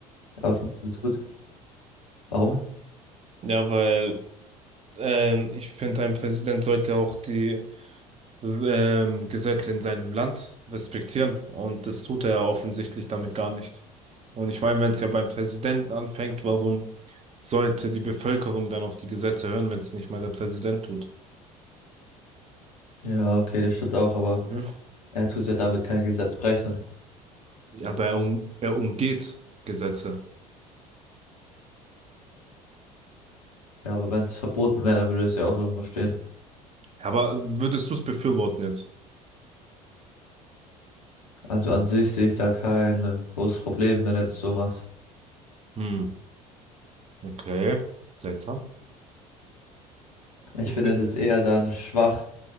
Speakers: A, on the left (about 75°); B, on the right (about 30°).
A: Aber findest du das gut? Warum?
B: Ja, weil ähm, ich finde, ein Präsident sollte auch die ähm, Gesetze in seinem Land respektieren. Und das tut er ja offensichtlich damit gar nicht. Und ich meine, wenn es ja beim Präsidenten anfängt, warum sollte die Bevölkerung dann auf die Gesetze hören, wenn es nicht mal der Präsident tut?
A: Ja, okay, das stimmt auch, aber
B: Mhm.
A: er tut ja damit kein Gesetz brechen.
B: Ja, aber er, um, er umgeht Gesetze.
A: Ja, aber wenn es verboten wäre, dann würde es ja auch irgendwo stehen.
B: Aber würdest du es befürworten jetzt?
A: Also an sich sehe ich da kein äh, großes Problem, wenn er das so macht.
B: Hm, okay. Seltsam.
A: Ich
B: Ich
A: finde
B: be-
A: das eher dann schwach